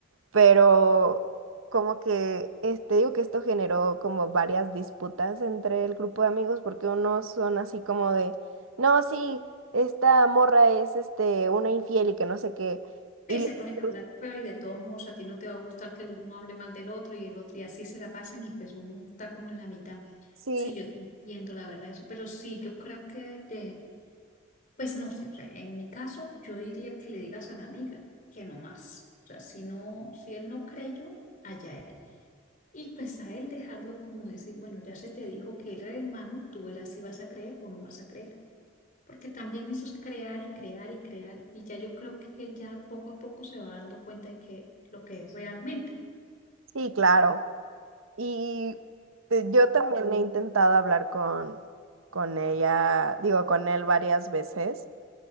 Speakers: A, on the right; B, on the left.
A: pero como que este digo que esto generó como varias disputas entre el grupo de amigos porque unos son así como de, no, sí, esta morra es este una infiel y que no sé qué.
B: Sí,
A: Y los
B: se ponen
A: otros,
B: a hablar feo y de todos modos a ti no te va a gustar que el uno hable mal del otro y el otro y así se la pasan y pues uno está como en la mitad.
A: sí,
B: Sí, yo te entiendo la verdad eso, pero sí, yo creo que de, pues no sé, o sea, en mi caso yo diría que le digas a la amiga que no más. O sea, si no, si él no creyó, allá él. Y pues a él dejarlo como decir, bueno, ya se te dijo que él era el hermano, tú verás si vas a creer o no vas a creer. Porque también eso es crear y crear y crear. Y ya yo creo que él ya poco a poco se va dando cuenta de que lo que es realmente
A: sí, claro. Y eh, yo también he intentado hablar con con ella, digo, con él varias veces.